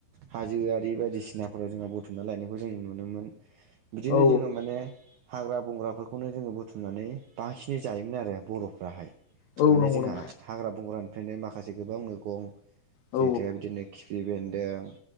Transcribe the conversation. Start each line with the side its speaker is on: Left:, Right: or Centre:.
Right: हाजोआरि बायदिसिना फोराव जोंहा बुथुमना लायनायखौ जों नुनो मोन बिदिनो
Left: औ
Right: जोङो माने हाग्रा बंग्राफोरखौनो जोङो बुथुमनानै बांसिनै जायोमोन आरो बर'फ्राहाय
Left: औ
Right: माने
Left: नंगौ
Right: जोंहा
Left: नंगौ
Right: हाग्रा बंग्रानिफ्रायनो माखासे गोबां मैगं
Left: औ
Right: जेेथाया बिदिनो खिफि बेन्दों